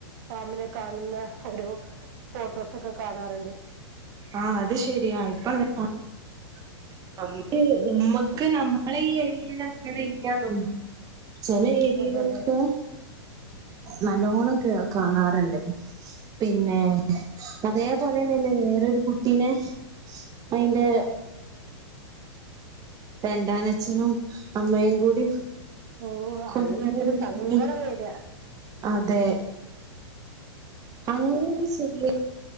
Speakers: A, on the right; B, on the right.
A: പാമ്പിനെ കാണുന്ന ഒരു ഫോട്ടോസൊക്കെ കാണാറുണ്ട്
B: ആ അത് ശരിയാ ഇപ്പ അങ്ങനെ <unintelligible> ചില ഏരിയയിലൊക്കെ
A: ആ, അതെ
B: നല്ലോണം കാണാറുണ്ട് പിന്നെ അതേപോലെന്നെല്ലേ വേറൊരു കുട്ടീനെ അയിന്റെ രണ്ടാനച്ഛനും അമ്മയും കൂടി
A: ഓ
B: കൊന്നൊരു
A: അത് കേട്ടിട്ട്
B: വീഡിയോ
A: സങ്കടം വരാ
B: അതെ അങ്ങനൊന്നും ചെയ്യ